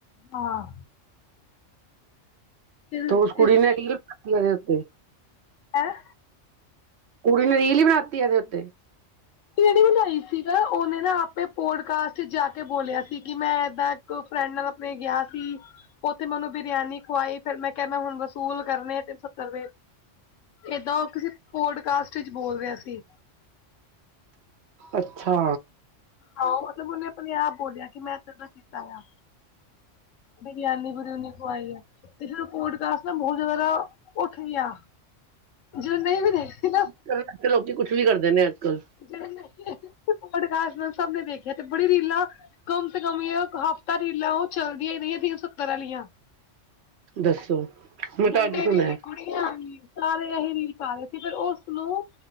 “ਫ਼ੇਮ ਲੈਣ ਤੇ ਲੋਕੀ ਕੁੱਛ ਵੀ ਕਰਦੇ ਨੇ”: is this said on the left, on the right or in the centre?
Right